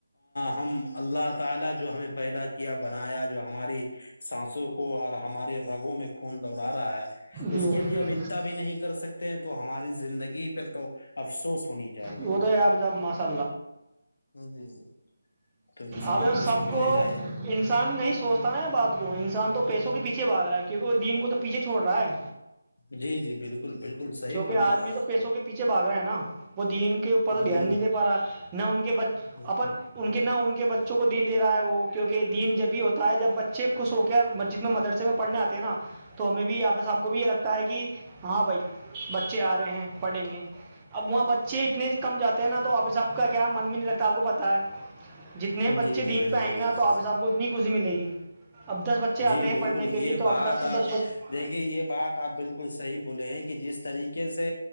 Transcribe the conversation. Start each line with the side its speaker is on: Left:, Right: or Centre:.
Left: ہم اللہ م تعالعیہ جو ہمیں پیدا کیا بنایا جو ہماری سانسوں کو اور ہمارے رگوں میں خون دوہرا رہا ہے
Right: جی
Left: اس کے لیے ام اتتا بھی نہیں کر سکتے ہیں تو ہماری زندگی پہ تو افسوس ہونی چاہیے
Right: وہ تو ہے آفتاب ماشاء
Left: جی جی تو انسان
Right: اب ار سب
Left: سوچنے
Right: کو
Left: چاہیے
Right: انسان نہیں سوچتا نا بات کو انسان تو پیسوں کے پیچے بھا رہ ہے کیا کیونکہ وہ دین کو تو پیچھے چھوڑ رہا ہے
Left: جی جی بالکل بالکل صحیح
Right: کیونکہ
Left: فرما
Right: آدمی
Left: رہے
Right: تو
Left: آپ
Right: پیسوں کے پیچھے بھگ رہا ہے نا وہ دین کے اوپر تو
Left: جی
Right: دھیان نہیں دے پا رہا نہ ان کے
Left: جی
Right: اپن ان کے نہ ان کے بچوں کو دین دے رہا ہے وہ کیونکہ دین جب بھی ہوتا ت جب بچے خوش ہو کے مسجد میں مدرسے میں پڑھنے آتے ہیں نا تو ہمیں بھی آیا پھر س آب کو بھی یہ لگتا ہے کہ ہاں بھائی بچے آ رہے ہیں پڑھیں گے اب وہاں بچے اتنے کم جاتے ہیں نا تو آپس آپ کا کیا من بھی نہیں لگتا آپ کو پتا ہے جتنے
Left: جی
Right: بچے
Left: جی
Right: دین
Left: بالکل
Right: پہ آئیں
Left: بالکل
Right: گے نا
Left: صحیح
Right: تو آپ حس آب کو اتنی خوشی ملے گی اب دس بچے آتے
Left: جی
Right: ہیں
Left: بالکل
Right: پڑھنے
Left: یہ
Right: کے لیے تو
Left: بات
Right: حافظ صاحب
Left: آپ
Right: ان دس بچ-
Left: دیکھیے یہ بات آپ بالکل صحیح بولے ہیں کہ جس طریقے سے